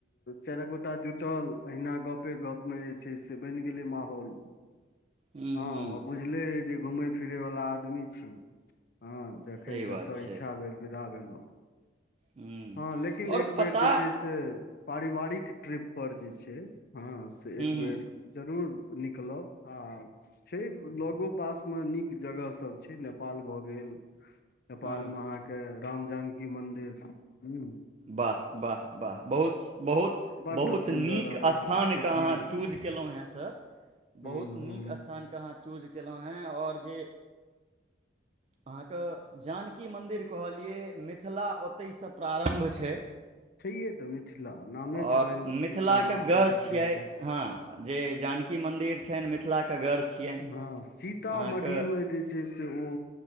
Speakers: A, on the left; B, on the right.
A: चा सभटा जुटल अहिना गपे गप मे जे छै से बनि गेलै माहौल
B: हूँ
A: हँ
B: हूँ
A: आ बुझले जे घूमेय फिरैवला आदमी छि हँ जखन
B: सही बात
A: जतऽ
B: छै
A: इच्छा भेल विदा भेलो
B: हूँ
A: हँ लेकिन
B: आओर
A: एक बेर
B: पता
A: जे छै से पारिवारिक ट्रिप पर जे छै हँ से
B: हूँ
A: एक
B: हूँ
A: बेर जरूर निकलब आ छै लगो पास मे नीक जगह सब छै नेपाल भऽ गेल नेपाल
B: हँ
A: मे अहाँके राम जानकी मंन्दिर हू
B: वाह वाह वाह बहुत बहुत
A: बड्ड
B: बहुत
A: सुन्दर
B: नीक
A: आ बड़ा
B: स्थानके
A: प्रसिद्धि
B: अहाँ
A: अछि
B: चूज केलहुँ लौं हें सर
A: हूँ
B: बहुत
A: हूँ
B: नीक स्थान के अहाँ चुज केलो हें और जे अहाँके जानकी मन्दिर कहलिए मिथिला ओतहिसँ प्रारम्भ छै
A: छैहे तऽ मिथिला नामे
B: आओर
A: छलनि
B: मिथिला
A: सीता
B: के
A: माँ
B: गढ़
A: जे
B: छिये
A: छै से
B: हँ जे जानकी मंदिर छैन मिथिला के गढ़ छियनि
A: हँ सीतामढ़ीमे
B: अहाँके
A: जे छै से ओ